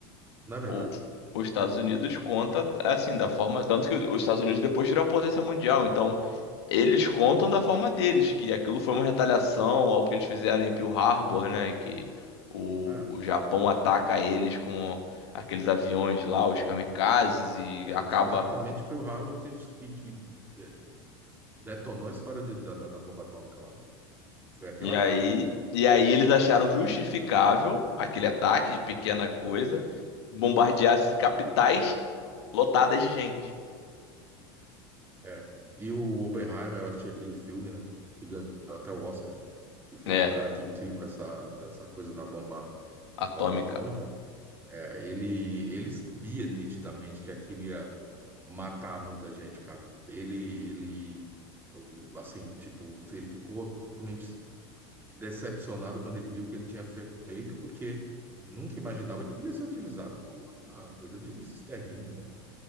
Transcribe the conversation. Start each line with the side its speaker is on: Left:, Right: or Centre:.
Right: Não é verdade?
Left: O, os Estados Unidos conta assim, da forma. Tanto que os Estados Unidos depois viram a potência mundial. Então, eles contam da forma deles, que aquilo foi uma retaliação ao que eles fizeram em Pearl Harbor, né? Que o,
Right: É,
Left: o Japão ataca eles com aqueles aviões lá, os kamikazes, e
Right: é
Left: acaba.
Right: exatamente Pearl Harbor que, que, que, é, detonou a história de- da, da, da bomba atômica lá. Foi aquele
Left: E
Right: ataque,
Left: aí.
Right: né?
Left: E aí eles acharam justificável aquele ataque de pequena coisa, bombardear capitais lotadas de gente.
Right: É. E o Oppenheimer, eu achei aquele filme, né? Que ganhou até o Oscar. Que foi
Left: É,
Right: o cara que criou essa, essa coisa da bomba,
Left: atômica.
Right: bomba atômica. É, ele, ele sabia nitidamente que aquilo ia matar muita gente, cara. Ele, ele, assim, tipo, ele ficou totalmente decepcionado quando ele viu o que ele tinha feito, porque nunca imaginava que aquilo ia ser utilizado como uma coisa de extermínio, né?